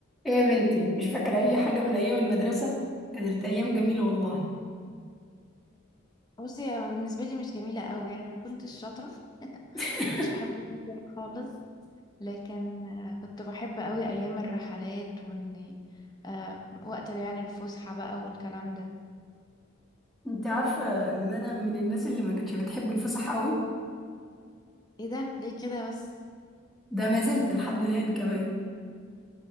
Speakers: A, in the centre; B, on the left.
A: ايه يا بنتي مش فاكرة أي حاجة من أيام المدرسة كانت أيام جميلة والله
B: بصي هي بالنسبة لي مش جميلة قوي يعني أنا ما كنتش شاطرة
A: <laughs>
B: كنتش بحب المذاكرة خالص لكن آه، كنت بحب قوي أيام الرحلات وإني آه، وقت اللي يعني الفسحة بقى والكلام ده
A: أنت عارفة إن أنا من الناس اللي ما كانتش بتحب الفسح قوي
B: ايه ده ليه كده بس
A: ده ما زلت لحد الآن كمان